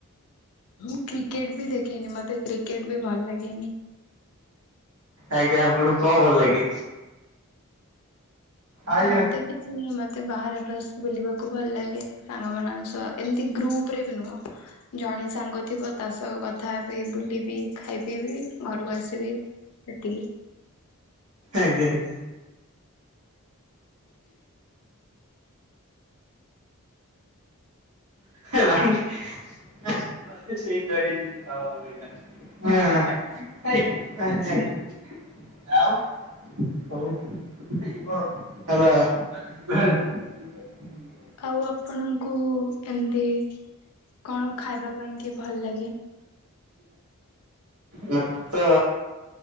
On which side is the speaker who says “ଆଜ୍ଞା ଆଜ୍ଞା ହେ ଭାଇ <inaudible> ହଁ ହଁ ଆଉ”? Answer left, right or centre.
Right